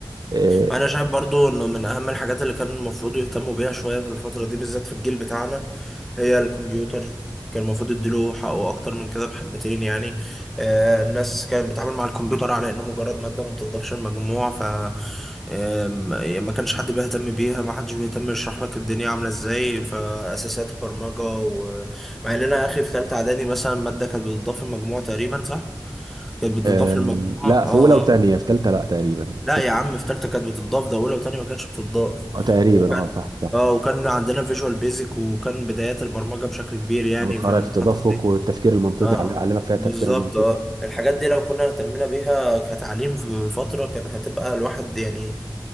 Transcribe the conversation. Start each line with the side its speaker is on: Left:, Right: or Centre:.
Right: آه،
Centre: انا شايف برضو انه من اهم الحاجات اللي كان المفروض يهتموا بيها شوية في الفترة دي بالذات في الجيل بتاعنا هي الكمبيوتر كان المفروض يديله حقه اكتر من كده بحبتين يعني آه الناس كانت بتتعامل مع الكمبيوتر على انه مجرد مادة ما بتضافش المجموع ف آم، يعني ما كانش حد بيهتم بيها ما حدش بيهتم يشرح لك الدنيا عاملة ازاي فاساسيات البرمجة و... مع ان انا اخي في تالتة اعدادي مثلا مادة كانت بتضاف المجموع تقريبا صح كانت بتضاف
Right: آه،
Centre: المجموع
Right: لا
Centre: اه
Right: في اولى وثانيه في ثالثه لا تقريبا
Centre: لا
Right: كده.
Centre: يا عم في تالتة كانت بتضاف ده اولى وتانية ما كانتش بتضاف
Right: اه تقريبا
Centre: وكان
Right: اه صح صح
Centre: اه وكان عندنا فيجوال بيزك وكان بدايات البرمجة بشكل كبير يعني
Right: او خرائط
Centre: في الفترة
Right: التدفق
Centre: دي
Right: والتفكير المنطقي
Centre: اه
Right: علمك فيها
Centre: بالظبط
Right: التفكير المنطقي
Centre: اه الحاجات دي لو كنا اهتمينا بيها كتعليم في فترة كان هتبقى الواحد يعني